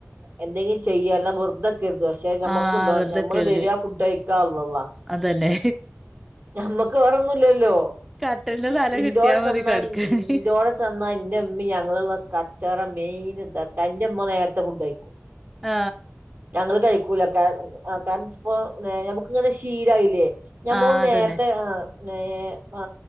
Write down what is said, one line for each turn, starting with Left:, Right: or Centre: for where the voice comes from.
Right: എന്തെങ്കിലും ചെയ്യല്ല വെറുതെ <unintelligible> പക്ഷെ ഞമ്മക്ക്ണ്ടോ
Centre: ആ വെറുതെക്കരുത്
Right: ഞമ്മള് വരിയാ ഫുഡ് കഴിക്ക അള്ളാ അള്ളാ
Centre: അതന്നെ
Right: ഞമ്മക്ക് വേറൊന്നുല്ലല്ലോ
Centre: കട്ടിലിന്റെ തല
Right: ഇന്റോടെ
Centre: കിട്ടിയാ
Right: ചെന്ന
Centre: മതി കെടക്കാന്
Right: ഇന്റോടെ ചെന്ന എന്റെ ഉമമീം ഞങ്ങളും കച്ചറം മെയിൻ <inaudible> നേരത്തെ ഫുഡ് കയിക്കും
Centre: ആ
Right: ഞങ്ങള് കഴിക്കൂല കാരണം ഇപ്പോ ഞമ്മക്കിങ്ങനെ ശീലായില്ലേ ഞമ്മോ
Centre: ആ
Right: നേരത്തെ
Centre: അതന്നെ
Right: ആ <inaudible> ആ